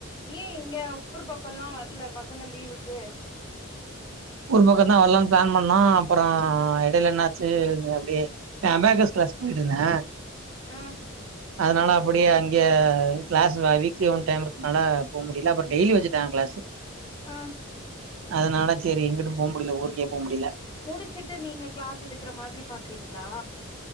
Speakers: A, on the left; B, on the right.
A: ஏ இங்க ஊர் பக்கல்லா வரல பசங்க லீவுக்கு
B: ஊர் பக்கம்தா வரலாம்னு பிளான் பண்ணோ அப்பற இடையில என்னாச்சு அப்டியே அபாகஸ் கிளாஸ் போயிட்டுருந்த
A: ஆ
B: அதனால அப்டியே அங்கயே கிளாஸ் வீக்லி ஒன் டைம் இருக்குனால போக முடியல அங்கயே டெய்லி வந்து இதா கிளாஸ்ஸு
A: ஆ
B: அதனாலா சரி எங்கிட்டு போக முடில ஊருக்கே போக முடில
A: முடிச்சிட்டு நீங்க கிளாஸ் எடுக்கற மாறி பாக்குறீங்களா